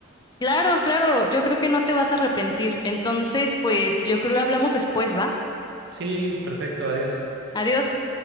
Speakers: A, on the left; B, on the right.
A: Claro, claro, yo creo que no te vas a arrepentir. Entonces, pues, yo creo que hablamos después, ¿va?
B: Sí, perfecto, adiós.
A: Adiós.